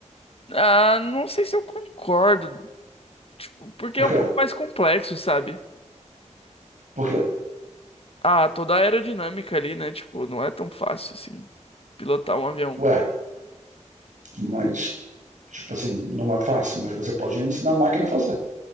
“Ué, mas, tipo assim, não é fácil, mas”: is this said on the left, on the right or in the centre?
Right